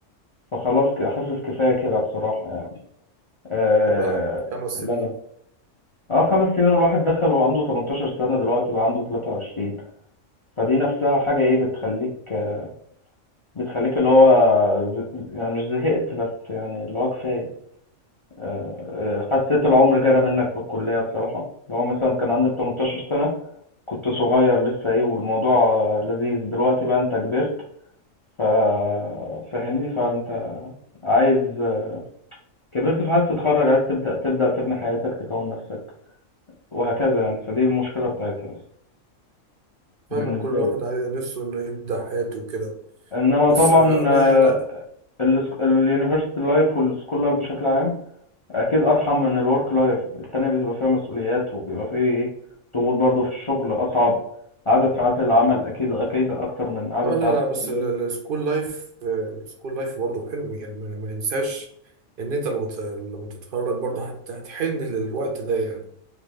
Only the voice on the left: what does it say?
فخلاص ك- حاسس كفاية كده بصراحة يعني آه...
لا
لا اه خمس سنين والواحد دخل وعنده 18 سنة دلوقتي بقى عنده 23 فدي نفسها حاجة ايه بتخليك آه، بتخليك اللي هو ز- يعني مش زهقت بس يعني اللي هو كفاية آه، آه، حسيت العمر جرى منك في الكلية بصراحة اللي هو مثلا كان عندك 18 سنة كنت صغير لسه ايه والموضوع آه، لذيذ دلوقتي بقى انت كبرت ف فاهمني فانت عايز آه، كبرت فعايز تتخرج عايز تبدأ تبدأ تبني حياتك تكون نفسك وهكذا يعني فدي المشكلة بتاعتها بس بالنسبة
لي
انما
طبعا
آه،
السك- اليونيفرسيتي لايف والسكول لايف بشكل عام اكيد ارحم من الورك لايف التانية بتبقى فيها مسؤوليات وبيبقى فيه ايه ضغوط برضو في الشغل اصعب عدد ساعات العمل اكيد اكيد اكتر من عدد
ساعات
الكلية